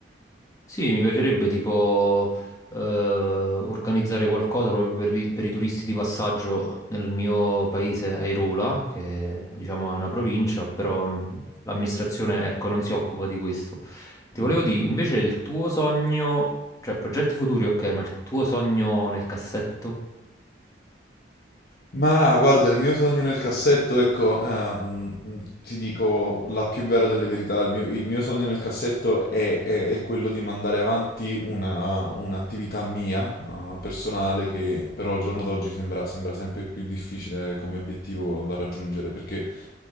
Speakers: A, on the left; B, on the left.
A: Sì, mi piacerebbe tipo eh, organizzare qualcosa proprio per i, per i turisti di passaggio nel mio paese, Airola, che diciamo è una provincia, però mh, l'amministrazione ecco, non si occupa di questo. Ti
B: Eh.
A: volevo dire, invece il tuo sogno, cioè progetti futuri, ok, ma il tuo sogno nel cassetto
B: Ma guarda, il mio sogno nel cassetto, ecco, ehm, ti dico la più vera delle verità, il mio, il mio sogno nel cassetto è, è- è quello di mandare avanti una, un'attività mia, eh, personale, che però al giorno d'oggi sembra, sembra sempre più difficile come obiettivo da raggiungere, perché